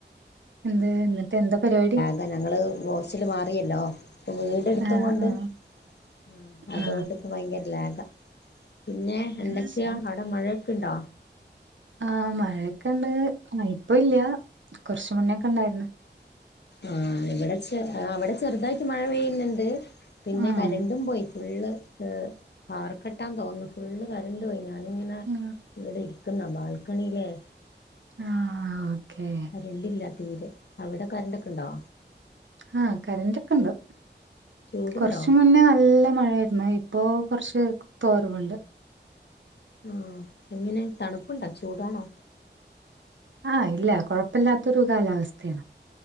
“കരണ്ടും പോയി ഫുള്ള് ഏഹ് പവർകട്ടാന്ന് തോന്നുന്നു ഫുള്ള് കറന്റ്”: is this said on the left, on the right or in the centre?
Left